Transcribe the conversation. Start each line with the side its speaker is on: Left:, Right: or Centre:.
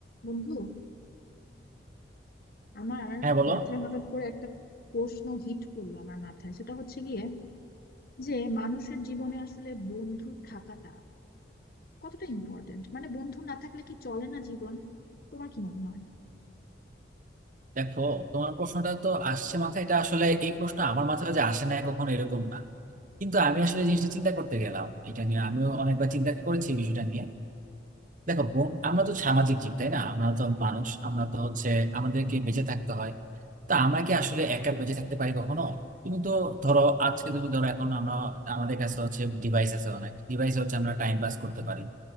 Left: বন্ধু আমার
Right: হ্যাঁ বলো
Left: মাথায় হঠাৎ করে একটা প্রশ্ন হিট করলো আমার মাথায় সেটা হচ্ছে গিয়ে যে মানুষের জীবনে আসলে বন্ধু থাকাটা কতটা ইম্পর্টেন্ট মানে বন্ধু না থাকলে কি চলে না জীবন তোমার কি মনে হয়
Right: দেখো তোমার প্রশ্নটা তো আসছে মাথায় এটা আসলে এই প্রশ্ন আমার মাথায় যে আসে না কখনো এরকম না কিন্তু আমি আসলে এই জিনিসটা চিন্তা করতে গেলাম এটা নিয়ে আমিও অনেকবার চিন্তা করেছি এই বিষয়টা নিয়ে দেখো ব- আমরা তো সামাজিক জীব তাই না আমরা তো মানুষ আমরা তো হচ্ছে আমাদেরকে বেঁচে থাকতে হয় তা আমরা কি আসলে একা বেঁচে থাকতে পারি কখনো তুমি তো ধরো আজকে তুমি ধরো এখন আমরা আমাদের কাছে হচ্ছে ডিভাইস আছে অনেক ডিভাইস হচ্ছে আমরা টাইম পাস করতে পারি